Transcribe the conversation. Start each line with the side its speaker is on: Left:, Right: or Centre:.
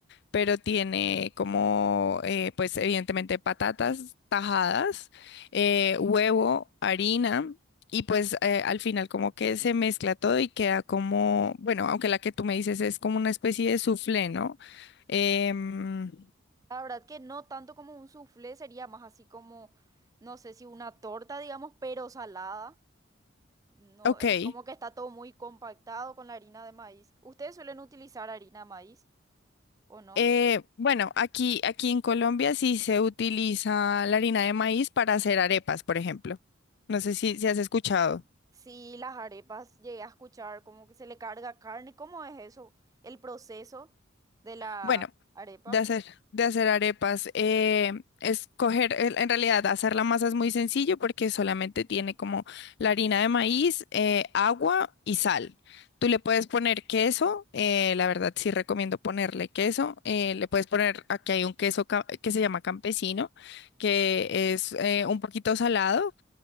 Left: pero tiene como, eh, pues evidentemente patatas tajadas, eh, huevo, harina. Y pues eh, al final como que se mezcla todo y queda como, bueno, aunque la que tú me dices es como una especie de soufflé, ¿no? Em,
Right: La verdad que no tanto como un soufflé, sería más así como, no sé si una torta, digamos, pero salada. No,
Left: ok.
Right: es como que está todo muy compactado con la harina de maíz. ¿Ustedes suelen utilizar harina de maíz o no?
Left: Eh,
Right: Eh,
Left: bueno, aquí, aquí en Colombia sí se utiliza la harina de maíz para hacer arepas, por ejemplo. No sé si, si has escuchado.
Right: Sí, las arepas llegué a escuchar como que se le carga carne. ¿Cómo es eso? El proceso de la
Left: Bueno,
Right: arepa.
Left: de hacer, de hacer arepas, eh, es coger, en en realidad hacer la masa es muy sencillo porque solamente tiene como la harina de maíz, eh, agua y sal. Tú le puedes poner queso, eh, la verdad sí recomiendo ponerle queso, eh, le puedes poner, aquí hay un queso ca- que se llama campesino, que es eh, un poquito salado,